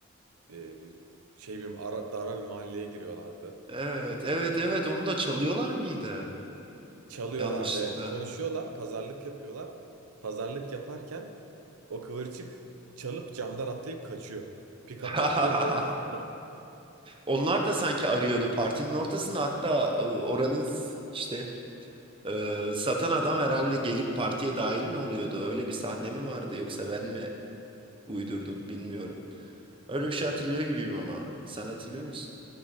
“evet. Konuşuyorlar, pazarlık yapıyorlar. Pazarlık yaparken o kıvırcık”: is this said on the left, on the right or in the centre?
Right